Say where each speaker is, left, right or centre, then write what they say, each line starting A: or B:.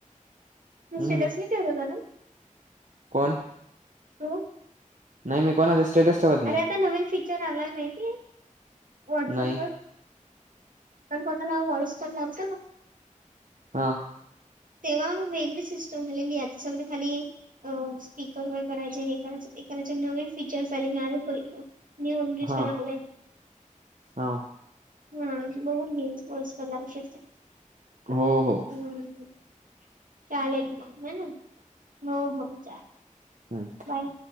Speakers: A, on the right; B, on the right.
A: मी
B: हम्म
A: स्टेटस नाही ठेवलेला ना.
B: कोण?
A: तु.
B: नाही मी कोणाचे स्टेटस ठेवत नाही
A: अरे आता नवीन फीचर आलाय, माहितीये व्हाट्सअप
B: नाही
A: वर. आपण कोणाला व्हॉइस कॉल लावतो ना.
B: हां.
A: तेव्हा वेगळी सिस्टम झालेली ये, आता सगळी खाली ये. अ स्पीकर वगैरे करायच हे करायचं ते करायचे, नवे फीचर्स आलेत मी आजच बघितलो. न्यू अग्लीशन
B: हा
A: आले.
B: हा.
A: हा बघून घे, व्हॉइस कॉल लावशील तर.
B: हो हो
A: हम चालेल मग हेन. हो हो चालेल.
B: हम.
A: काय.